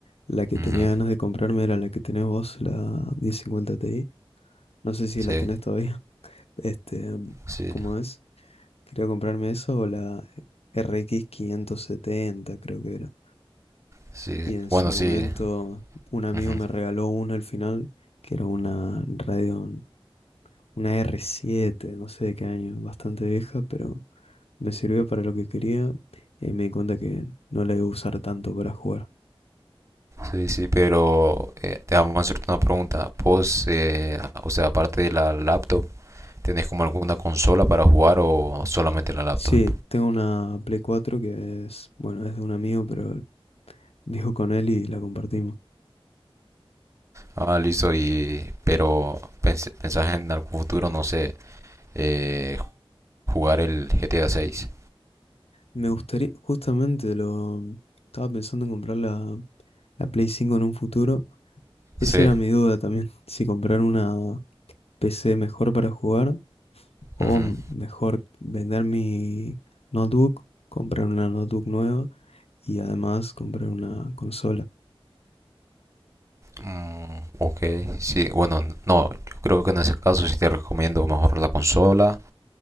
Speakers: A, on the left (about 85°); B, on the right (about 30°).
A: la que
B: ujú,
A: tenía ganas de comprarme era la que tenés vos, la 1050 Ti. No sé si
B: sí,
A: la tenés todavía. <laughs> Este,
B: sí,
A: ¿cómo es? Quería comprarme eso o la R X quinientos setenta, creo que era.
B: sí.
A: Y en
B: Bueno,
A: su momento
B: sí,
A: un amigo
B: Ujú.
A: me regaló una al final, que era una Radeon, una r siete, no sé de qué año, bastante vieja, pero me sirvió para lo que quería y ahí me di cuenta que no la iba a usar tanto para jugar.
B: Sí, sí, pero eh, déjame hacerte una pregunta. ¿Vos, eh, o sea, aparte de la laptop, tenés como alguna consola para jugar o solamente la laptop?
A: Sí, tengo una Play 4 que es, bueno, es de un amigo, pero <laughs> dijo con él y la compartimos.
B: Ah, listo, y pero pens- pensás en algún futuro, no sé, eh, jugar el GTA 6.
A: Me gustaría, justamente lo estaba pensando en comprar la, la Play 5 en un futuro. Esa
B: Sí.
A: era mi duda también, <laughs> si comprar una PC mejor para jugar o
B: ujú.
A: m- mejor vender mi notebook, comprar una notebook nueva y además comprar una consola.
B: Mm, ok, sí, bueno, n- no, yo creo que en ese caso sí te recomiendo mejor la consola